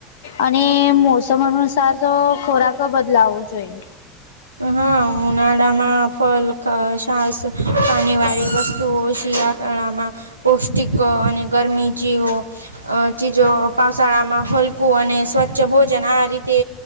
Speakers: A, on the left; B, on the right.
A: અને મોસમ અનુસાર તો ખોરાક બદલાવો જોઈએ.
B: હા ઉનાળમાં ફલ ખા સાસ ખની વાળી વસ્તુ શિયા ળામાં પૌષ્ટિક અને ગરમી જ વસ્ ઓ અ ચીજો પાાવશળામાં હલકું અને સ્વચ્છ ભોજન આ રીતે